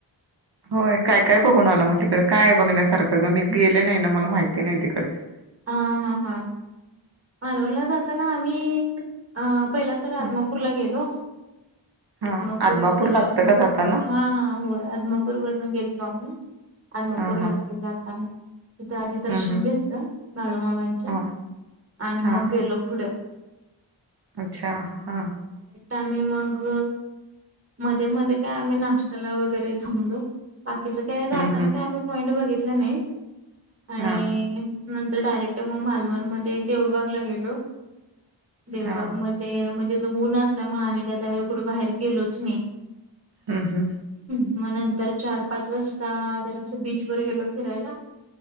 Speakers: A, on the right; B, on the right.
A: होय काय काय बघून आला मग तिकड काय बघण्यासारखं ग मी गेले नाही ना मला माहिती नाही तिकडच.
B: हा हा हा मालवडला जाताना आम्ही अ पहिला तर
A: हा
B: आदमापूरला गेलो.
A: हा.
B: अद्मापूरचं
A: आदमापूर
B: दर्शन
A: लागतं
B: घेतलं
A: का जाताना
B: हाा होय अदमापूर वरून गेलतो आम्ही अदमपूर
A: हा हा
B: लाक जातना तिथे आधी
A: हम्म
B: दर्शन
A: हम्म
B: घेतलं बाळूमाम्यांचं
A: हा
B: आणि मग
A: हा
B: गेलो पुढे
A: अच्छा हा.
B: आमही मग मध्ये मध्ये काय आम्ही नाश्त्याला वगैरे थांबलो. बाकीचं काय जाताना
A: हम्म हम्म
B: काय आम्ही पॉइंट बघितलं नाहीत आणि
A: हा
B: नंतर डायरेक्ट मग मालवण मध्ये देवबागला गेलो. देवबाग
A: हा
B: मध्ये म तिथे ऊन असल्यामुळे आम्ही का त्यावेळी कुठे बाहेर गेलोच नाही.
A: हम्म हम्म.
B: मग नंतर चार पाच वाजता जरा असं बीच वर गेलो फिरायला.